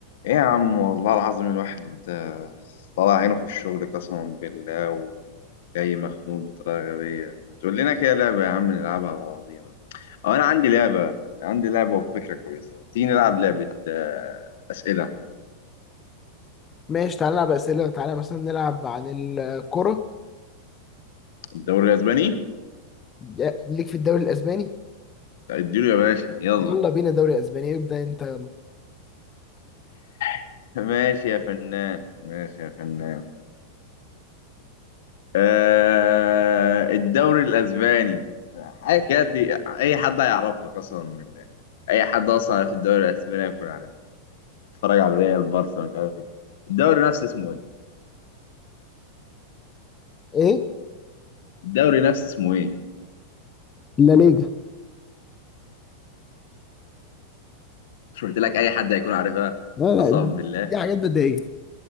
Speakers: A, on the left (about 70°); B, on the left (about 25°).
A: ايه يا عم والله العظيم الواحد آه، طلع عينه في الشغل قسما بالله وجاي مخنوق بطريقة غبية ما تقول لنا كده لعبة يا عم نلعبها مع بعضينا أو أنا عندي لعبة عندي لعبة وفكرة كويسة تيجي نلعب لعبة آه، أسئلة
B: ماشي تعالى نلعب أسئلة تعالى مثلا نلعب عن الكرة
A: الدوري الأسباني
B: ده- ليك في الدوري الأسباني
A: طيب اديله يا باشا يلا
B: يلا بينا دوري أسباني ابدأ أنت يلا
A: <laughs> ماشي يا فنان ماشي يا فنان آه الدوري الأسباني حاجة كده ت- أي حد هيعرفها قسما بالله أي حد أصلا في الدوري الأسباني هيكون عارفها اتفرج على ريال بارسا مش عارف ايه الدوري نفسه اسمه ايه
B: إيه؟
A: الدوري نفسه اسمه ايه
B: لا ليجا
A: مش قلت لك اي حد هيكون عارفها
B: لا لا
A: قسما بالله
B: دي حاجات بدائية